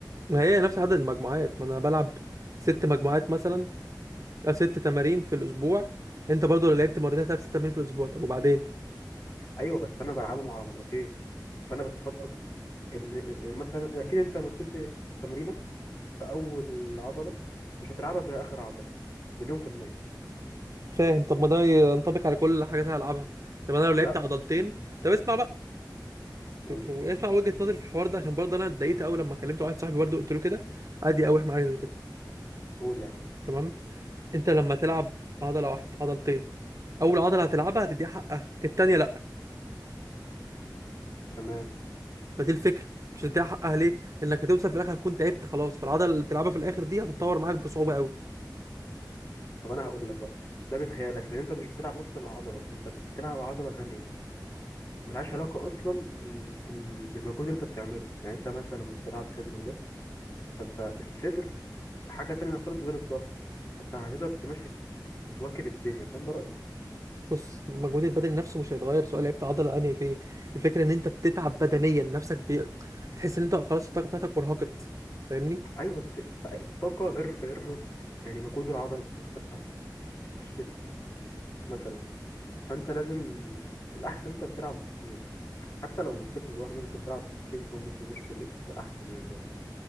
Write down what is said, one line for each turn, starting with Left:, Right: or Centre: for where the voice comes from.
Right: ما هي نفس عدد المجموعات ما انا بلعب ست مجموعات مثلا او ست تمارين في الاسبوع انت برضو لو لعبت مرتين هتلعب ست تمارين في الاسبوع طب وبعدين
Left: ايوه بس انا بلعبهم على مرتين فانا بستفاد اكتر ال- مثلا اكيد انت لما بتدي تمرينك في اول عضله مش هتلعبها في اخر عضله مليون في الميه
Right: فاهم طب ما ده ينطبق على كل الحاجات اللي هلعبها طب انا لو لعبت
Left: لا
Right: عضلتين طب اسمع بقى ف-
Left: قول
Right: ف- اسمع وجهة نظري في الحوار ده عشان برضه انا اتضايقت قوي لما كلمت واحد صاحبي برضه قلت له كده عادي يقاوح معايا زي كده
Left: قول يا عم
Right: تمام انت لما تلعب عضله واحده عضلتين اول عضله هتلعبها هتديها حقها التانيه لا
Left: تمام
Right: فدي الفكره مش هتديها حقها ليه انك هتوصل في الاخر هتكون تعبت خلاص فالعضله اللي بتلعبها في الاخر دي هتتطور معاك بصعوبه قوي
Left: طب انا هقول لك بقى ده بيتهيألك لان انت مش بتلعب نفس العضله انت بتلعب عضله تانية ملهاش علاقة أصلا بال... بال... بالمجهود اللي أنت بتعمله يعني أنت مثلا لما بتلعب صدر وضهر فأنت الصدر حاجة تانية خالص غير الضهر فأنت هتقدر تمشي تواكب الدنيا فاهم ده رأيي
Right: بص المجهود البدني نفسه مش هيتغير سواء لعبت عضله انهي فين الفكره ان انت بتتعب بدنيا نفسك بي... بتحس ان انت خلاص الطاقه بتاعتك ارهقت فاهمني
Left: أيوه بس الطاقة غير غير يعني مجهود العضلة نفسها الشيست مثلا فأنت لازم الأحسن أنت تلعب اتنين حتى لو مش صدر وضهر ممكن تلعب في نظام اسمه بوش بول ليج ده أحسن يعني برضه